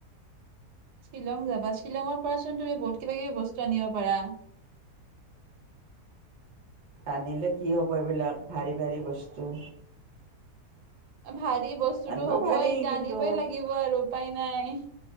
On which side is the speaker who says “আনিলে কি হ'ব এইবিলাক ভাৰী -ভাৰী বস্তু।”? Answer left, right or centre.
Right